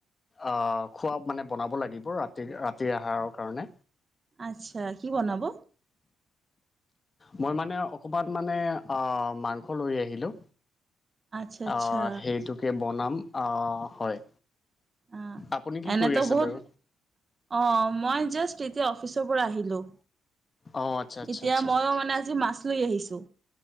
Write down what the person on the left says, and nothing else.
আহ খোৱা মানে বনাব লাগিব ৰাতি ৰাতি আহাৰৰ কাৰণে।
মই মানে অকণমান মানে আহ মাংস লৈ আহিলোঁ।
আহ সেইটোকে বনাম। আহ হয়।
আপুনি কি
কৰি আছে
বাৰু?
অঁ আচ্ছা আচ্ছা
আচ্ছা